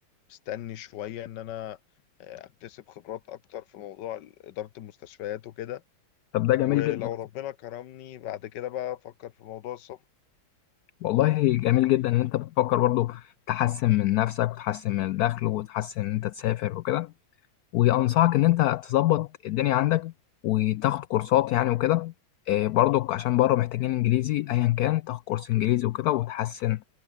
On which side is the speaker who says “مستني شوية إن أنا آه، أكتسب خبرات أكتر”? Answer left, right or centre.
Left